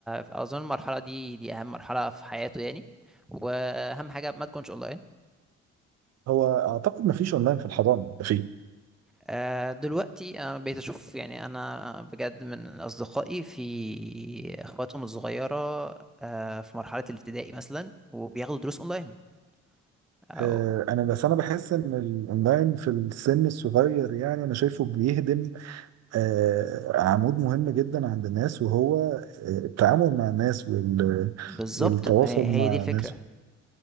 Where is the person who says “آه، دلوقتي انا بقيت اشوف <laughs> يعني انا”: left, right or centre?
Centre